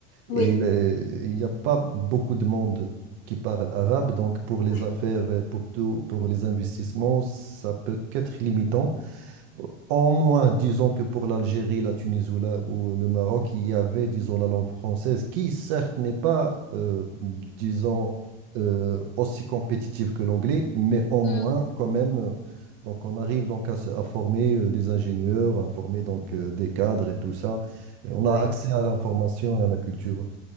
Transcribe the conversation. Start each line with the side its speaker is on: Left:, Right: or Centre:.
Left: Oui.
Right: Et euh, il n'y a pas beaucoup de monde qui parle arabe, donc pour les
Left: Oui.
Right: affaires, euh, pour tout, pour les investissements, ça peut qu'être limitant. En moins, disons que pour l'Algérie, la Tunisie ou, la- ou le Maroc, il y avait, disons, la langue française, qui certes n'est pas, euh, disons, euh, aussi compétitive que l'anglais, mais en moins,
Left: Mm.
Right: quand même, euh, donc on arrive donc à, se- à former euh, des ingénieurs, à former donc euh, des cadres et tout ça. Et on
Left: Oui.
Right: a accès à l'information et à la culture